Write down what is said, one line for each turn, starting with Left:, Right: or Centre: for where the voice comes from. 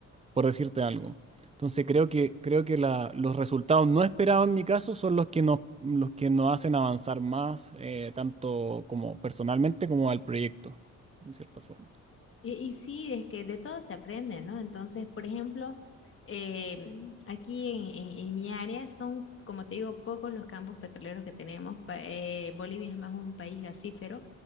Right: Por decirte algo. Entonces, creo que, creo que la- los resultados no esperados en mi caso son los que nos, los que nos hacen avanzar más, eh, tanto como personalmente como al proyecto, en cierta forma.
Left: Y, y sí, es que de todo se aprende, ¿no? Entonces, por ejemplo, em, aquí en, en- en mi área son, como te digo, pocos los campos petroleros que tenemos. Pa- eh, Bolivia es más un país gasífero